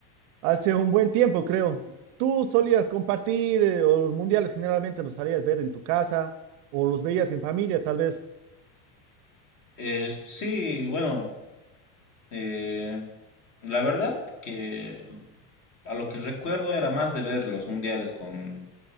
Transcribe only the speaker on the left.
Eh, sí, bueno, eh, la verdad que a lo que recuerdo era más de ver los mundiales con,